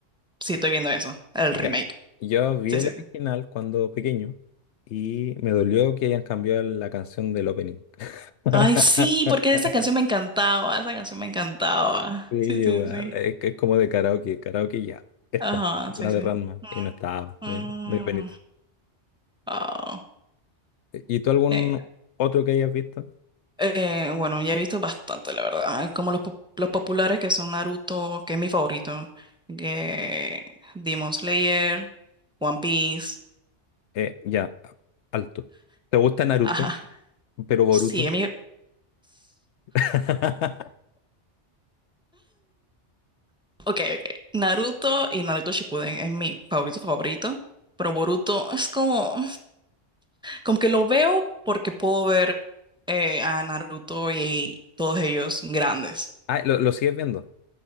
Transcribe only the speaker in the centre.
sí estoy viendo eso, el
remake.
Sí,
sí.
Ay, sí, porque esa canción me encantaba, esa canción me encantaba.
Sí, sí, sí.
Ajá, sí,
sí.
Mm,
mm, ah.
Eh,
eh, bueno, ya he visto bastante, la verdad. Como los, po- los populares que son Naruto, que es mi favorito, que Demon Slayer, One Piece.
Ajá.
Sí, es mi... <sighs>
Ok, ok. Naruto y Naruto Shippuden es mi favorito favorito. Pero Boruto es como... Como que lo veo porque puedo ver eh, a Naruto y todos ellos grandes.